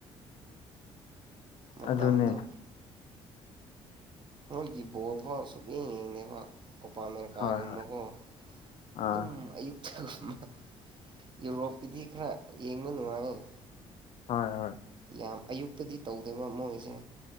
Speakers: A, on the right (about 45°); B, on the left (about 60°).
A: ꯃꯇꯝꯗꯨ
B: ꯑꯗꯨꯅꯦ
A: ꯃꯣꯏꯒꯤ ꯕꯣꯜꯐꯥꯎ ꯁꯨꯛꯌꯦꯡ ꯌꯦꯡꯗꯦꯕ ꯀꯣꯄꯥ ꯑꯃꯦꯔꯤꯀꯥꯒꯨꯝꯕꯀꯣ
B: ꯍꯣꯏ ꯍꯣꯏ
A: ꯑꯗꯨꯝ
B: ꯑꯥ
A: ꯑꯌꯨꯛꯊꯒꯨꯝꯕ ꯌꯨꯔꯣꯞꯀꯤꯗꯤ ꯈꯔ ꯌꯦꯡꯕ ꯅꯨꯡꯉꯥꯏꯌꯦ
B: ꯍꯣꯏ ꯍꯣꯏ
A: ꯌꯥꯝ ꯑꯌꯨꯛꯇꯗꯤ ꯇꯧꯗꯦꯕ ꯃꯣꯏꯁꯦ